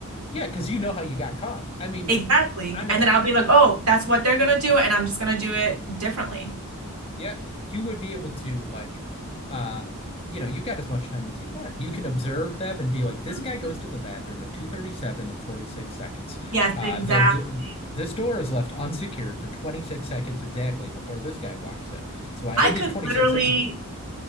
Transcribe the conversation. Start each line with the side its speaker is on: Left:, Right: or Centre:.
Left: Yeah, because you know how you got caught. I mean,
Right: Exactly.
Left: honest.
Right: And then I'll be like, oh, that's what they're gonna do, and I'm just gonna do it differently.
Left: Yeah, you would be able to like uh you know, you've got as much time as you want. You can observe them and be like, this
Right: Mhm.
Left: guy goes to the bathroom at 2:37 and 46 seconds.
Right: Yes,
Left: Uh
Right: exactly.
Left: the d- this door is left unsecured for 26 seconds exactly before this guy walks in. So I
Right: I
Left: in
Right: could
Left: these 26
Right: literally
Left: sec <laughs>